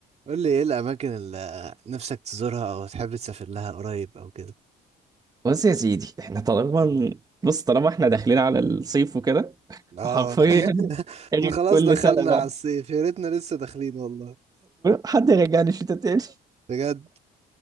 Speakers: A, on the right; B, on the right.
A: قول لي ايه الاماكن اللي نفسك تزورها او تحب تسافر لها قريب او كده
B: بص يا سيدي احنا طالما بص طالما احنا داخلين على الصيف وكده
A: اه
B: حرفيا
A: <laughs>
B: عيد
A: احنا خلاص
B: كل
A: دخلنا
B: سنة بقى
A: على الصيف يا ريتنا لسه داخلين والله
B: حد يرجعني الشتاء تاني
A: بجد